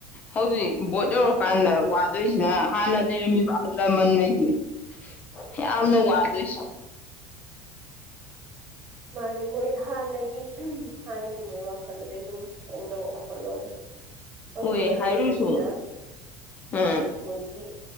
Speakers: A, on the left; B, on the right.
A: ꯍꯧꯖꯤꯛ ꯕꯣꯠ ꯌꯔꯀꯥꯟꯗ ꯋꯥꯗꯣꯏꯁꯤꯅ ꯍꯥꯟꯅ ꯂꯩꯔꯝꯃꯤꯕ ꯑꯍꯜ ꯂꯃꯟꯉꯩꯁꯤꯅꯤ ꯌꯥꯝꯅ ꯋꯥꯗꯣꯏꯁꯤ
B: ꯃꯥꯅꯤ ꯃꯣꯏ ꯍꯥꯟꯅꯒꯤ ꯍꯥꯟꯅꯒꯤ ꯃꯣꯏ ꯋꯥꯈꯜꯗꯨꯗꯩ ꯁꯨꯝ ꯐꯣꯡꯗꯣꯛꯑꯣ ꯍꯜꯋꯥ ꯑꯗꯨ ꯍꯧꯖꯤꯛꯀꯤ
A: ꯍꯣꯏ ꯍꯥꯏꯔꯨꯁꯨ
B: ꯑꯅꯧꯕꯉꯩꯁꯤꯅ
A: ꯎꯝ
B: ꯃꯣꯏꯒꯤ